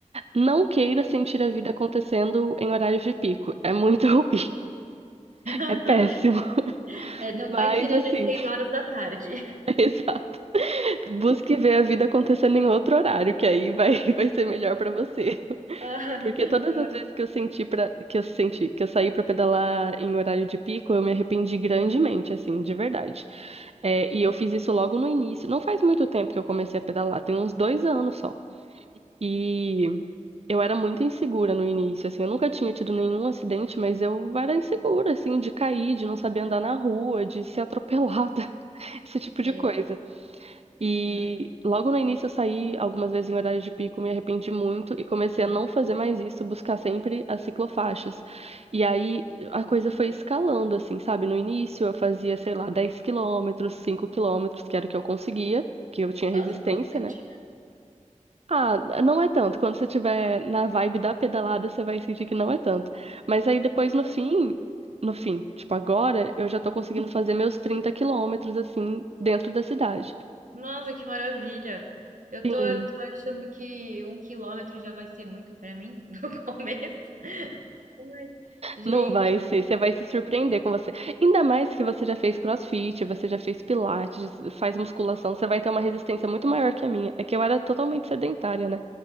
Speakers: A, on the right; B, on the right.
A: Não queira sentir a vida acontecendo em horários de pico. É muito <laughs> ruim.
B: <laughs>
A: É péssimo.
B: É, não
A: Mas,
B: vai querer
A: assim,
B: às seis horas da tarde.
A: <laughs> exato. Busque ver a vida acontecendo em outro horário, que aí vai, <laughs> vai ser melhor pra você.
B: <laughs> Ai,
A: Porque todas
B: não.
A: as vezes que eu senti para que eu senti que eu saí pra pedalar em horário de pico, eu me arrependi grandemente, assim, de verdade. É, e eu fiz isso logo no início. Não faz muito tempo que eu comecei a pedalar, tem uns dois anos só. E eu era muito insegura no início, assim, eu nunca tinha tido nenhum acidente, mas eu era insegura, assim, de cair, de não saber andar na rua, de ser atropelada, <laughs> esse tipo de
B: Ei,
A: coisa. E
B: ai.
A: logo no início eu saí algumas vezes em horário de pico, me arrependi muito e comecei a não fazer mais isso, buscar sempre as ciclofaixas. E aí a coisa foi escalando, assim, sabe? No início eu fazia, sei lá, 10 quilômetros, 5 quilômetros, que era o que eu conseguia, que eu tinha
B: Nossa,
A: resistência,
B: é bastante.
A: né? Ah, não é tanto. Quando você tiver na vibe da pedalada, você vai sentir que não é tanto. Mas aí depois no fim, no fim, tipo agora, eu já tô conseguindo fazer meus 30 quilômetros, assim, dentro da cidade.
B: Nossa, que maravilha. Eu
A: Sim.
B: tô, eu tô achando que um quilômetro já vai ser muito pra mim no <laughs> começo. Ai, gente.
A: Não vai ser, você vai se surpreender com você. Ainda mais que você já fez CrossFit, você já fez pilates, faz musculação, você vai ter uma resistência muito maior que a minha. É que eu era totalmente sedentária, né?